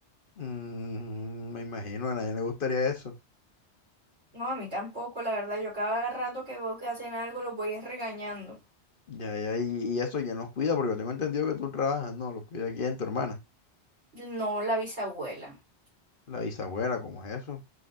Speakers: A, on the left (about 50°); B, on the right (about 80°).
A: Mm, me imagino, a nadie le gustaría eso.
B: No, a mí tampoco, la verdad, yo cada rato que veo que hacen algo los voy es regañando.
A: Ya, ya, y, y eso, ¿quién los cuida? Porque yo tengo entendido que tú trabajas, no, los cuida aquí en tu hermana,
B: No, la bisabuela.
A: la bisabuela, ¿cómo es eso?